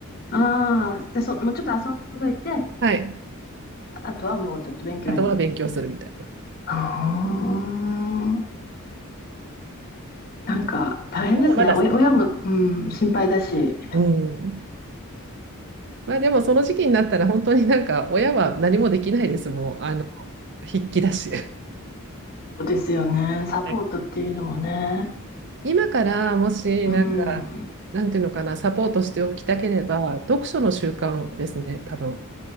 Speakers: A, on the left; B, on the right.
A: ああ、じゃあそ、もうちょっと遊んどいて、
B: <laughs> はい。
A: あとはもうちょっと勉強に。
B: あとは勉強するみたいな。
A: ああ、なんか大変ですね。
B: まだまだ。
A: お、親も、うん、心配だし。
B: うん。まあでも、その時期になったら、本当になんか、親は何もできないです、もう、あの、筆記だし。は
A: そうですよね。サポートっていうのもね。
B: い今からもし、
A: うん。
B: なんか、なんていうのかな、サポートしておきたければ、読書の習慣ですね、多分。